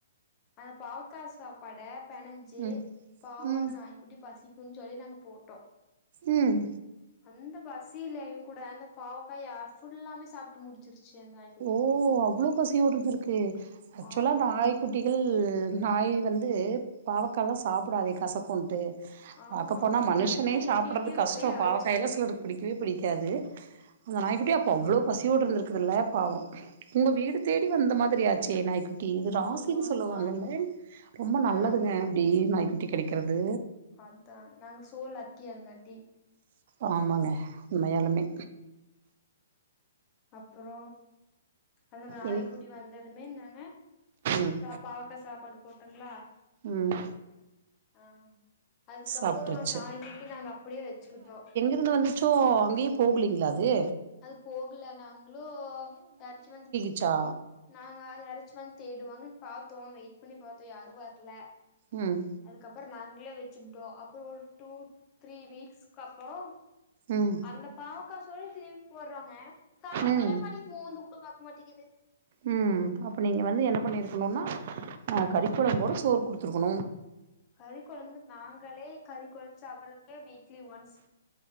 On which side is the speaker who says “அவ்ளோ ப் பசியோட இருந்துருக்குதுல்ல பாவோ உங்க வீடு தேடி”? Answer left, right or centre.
Right